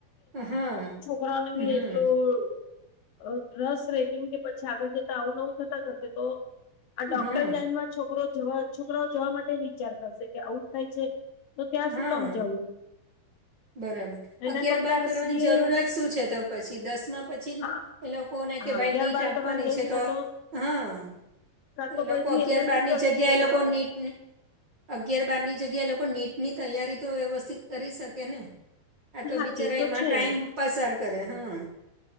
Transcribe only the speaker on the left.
<unintelligible> રાનું
બી એટલું રસ રય કેમ કે પછી આગળ જતા આવું નવું થતા કરશે તો આ ડોક્ટરી
લાઈન માં છોકરો જવા છોકરાઓ જવા માટે વિચાર કરશે કે આઉટ થાય છે તો ત્યાં શું
કામ જવું
એના કરતા
સીએ
આ
આ
અગિયાર
બાર
કરવાની જરૂર
કા
કા
પછી
એલ એલ
બી
કરશે
છોકરાઓ
હા
એ તો
છે